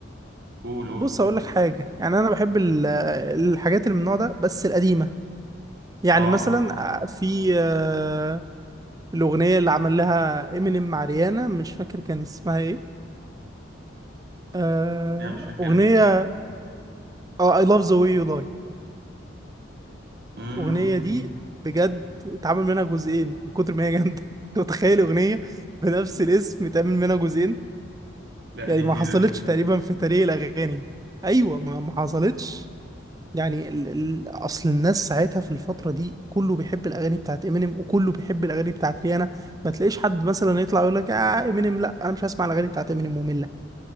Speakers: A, on the right; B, on the right.
A: قول قول
B: بص اقول لك حاجه يعني انا بحب ال- الحاجات اللي من النوع ده بس القديمه يعني
A: اه
B: مثلا آه، في آه، الاغنيه اللي عمل لها امينيم مع ريانا مش فاكر كان اسمها ايه آه،
A: دي انا مش فاكرها
B: اغنيه اه I love the way you lie
A: امم
B: الأغنية دي بجد اتعمل منها جزئين من كتر ما هي جامدة <laughs> أنت متخيل أغنية بنفس الاسم اتعمل منها جزئين
A: لا
B: يعني
A: دي جديدة
B: ما حصلتش
A: دي
B: تقريبا في تاريخ الأغاني أيوة ما ما حصلتش يعني ال... ال... أصل الناس ساعتها في الفترة دي كله بيحب الأغاني بتاعت إمينيم وكله بيحب الأغاني بتاعت ريانا ما تلاقيش حد مثلا يطلع يقول لك آه إمينيم لا أنا مش هسمع الأغاني بتاعت إمينيم مملة